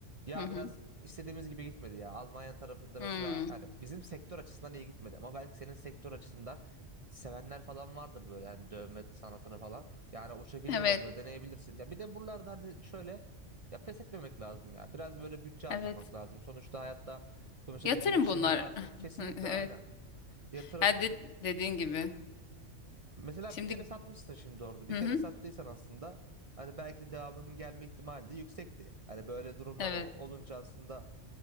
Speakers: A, on the right; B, on the left.
A: Ya
B: Hı hı.
A: biraz istediğimiz gibi gitmedi ya. Almanya tarafında
B: Hmm.
A: mesela hani bizim sektör açısından iyi gitmedi ama belki senin sektör açısından sevenler falan vardır böyle hani dövme sanatını falan. Yani o şekilde
B: Evet.
A: olabilir, deneyebilirsin. Ya bir de buralarda hani şöyle ya pes etmemek lazım ya. Biraz böyle bütçe harcamak
B: Evet.
A: lazım. Sonuçta hayatta sonuçta
B: Yatırım
A: bir girişim
B: bunlar.
A: yaparken
B: <laughs>
A: kesinlikle
B: Evet.
A: aynen yatırım
B: Ha, de- dediğin gibi.
A: Mesela
B: Şimdi
A: bir kere satmışsın şimdi orada. Bir
B: hı
A: kere
B: hı,
A: sattıysan aslında hani belki de devamının gelme ihtimali de yüksekti. Hani böyle durumlar
B: evet.
A: o- olunca aslında